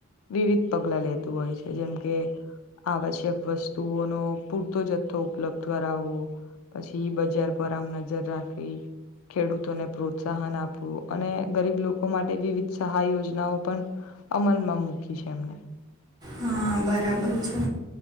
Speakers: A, on the left; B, on the right.
A: વિવિધ પગલા લેતું હોય છે જેમ કે આવશ્યક વસ્તુઓનો પૂરતો જથ્થો ઉપલબ્ધ કરાવવો પછી બજાર પર આમ નજર રાખવી ખેડૂતોને પ્રોત્સાહન આપવું અને ગરીબ લોકો માટે વિવિધ સહાય યોજનાઓ પણ અમલમાં મૂકી છે એમને
B: હા બરાબર છે